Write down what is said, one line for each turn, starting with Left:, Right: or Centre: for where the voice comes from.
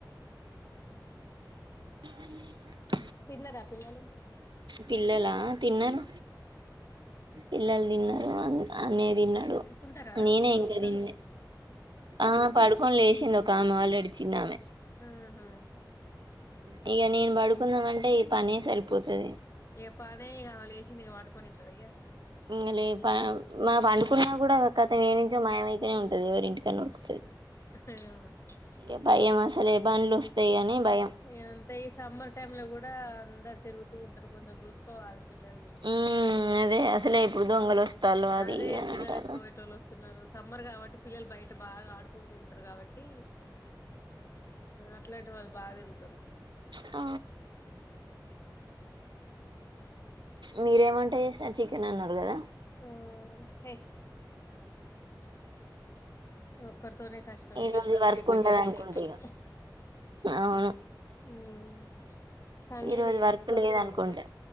Right: <inaudible>
Left: తిన్నరా పిల్లలు
Right: పిల్లలా తిన్నరు పిల్లలు తిన్నరు అన్ అన్నయ్య తిన్నాడు
Left: పడుకుంటారా
Right: నేనే ఇంకా
Left: ఆఫ్టర్నూన్
Right: తిన్లే ఆ పడుకోని లేసి తిన్న ఒక ఆమె ఆల్రెడీ చిన్నామె
Left: ఆహా
Right: ఊ ఇగ నేను పడుకుందం అంటే ఈ పనే సరిపోతది
Left: ఇగ పనే ఇగ ఆమె లేసింది ఇగ పండుకోనిత్తదా ఇగ
Right: ఇంగ లేపా మా పండుకున్నా కూడా కతం ఏన్నుంచో మాయమయితేనే ఉంటది ఎవరి ఇంటికన్నా ఉరుకు
Left: ఏమో
Right: ఇగ భయం
Left: అంతే
Right: అసలే బండ్లు వస్తాయ్ అని భయం
Left: ఇగ అంతే ఈ సమ్మర్ టైమ్ లో కూడా అందరు తిరుగుతూ ఉంటారు కొంచెం చూసుకోవాలి పిల్లల్ని
Right: ఉమ్ అదే అసలే ఇప్పుడు దొంగలు వస్తాళ్ళు అది
Left: ఆ అదే
Right: ఇది అని
Left: పిల్లలు
Right: అంటారు
Left: ఎత్తుకబోయెటోళ్ళు వస్ స్తున్నారు సమ్మర్ కాబట్టి పిల్లలు బయట బాగా ఆడుకుంటూ ఉంటారు కాబట్టీ అట్లాంటి వాళ్ళు బాగా తిరుగుతారు
Right: అ మీరేం వంట చేసారు చికెన్ అన్నారు కదా.
Left: ఆ హే ఒక్కర్ తోనే కష్టం
Right: ఈ
Left: ఇద్దరి
Right: రోజు
Left: తోటి
Right: వర్క్
Left: ఎట్లా
Right: ఉండదు
Left: మెయింటైన్
Right: అనుకుంట
Left: చేస్తారో
Right: ఇగ అవును
Left: ఉమ్ సండే
Right: ఈ రోజు
Left: లీవే
Right: వర్క్
Left: వర్కే
Right: లేదనుకుంటా
Left: ఉండదు